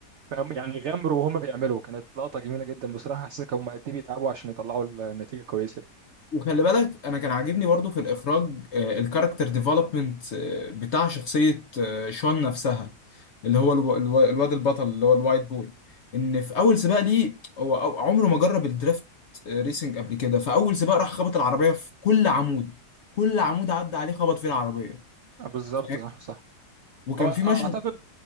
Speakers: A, on the right (about 75°); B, on the left (about 65°).
A: فهم يعني غامروا وهم بيعملوا كانت لقطة جميلة جدا بصراحة حسيت هم قد ايه بيتعبوا عشان يطلعوا النتيجة كويسة دي
B: وخلي بالك انا كان عاجبني برضو في الاخراج الكاركتر ديفلوبمنت بتاع شخصيه آه، شون نفسها اللي هو الو- الو- الواد البطل اللي هو الوايت بوي ان في اول سباق ليه هو أو- عمره ما جرب الدريفت ريسنج قبل كده فاول سباق راح خبط العربيه في كل عمود كل عمود عدى عليه خبط فيه العربيه
A: بالظبط
B: فاهم؟
A: صح صح
B: وكان
A: هو اعتقد
B: في مشهد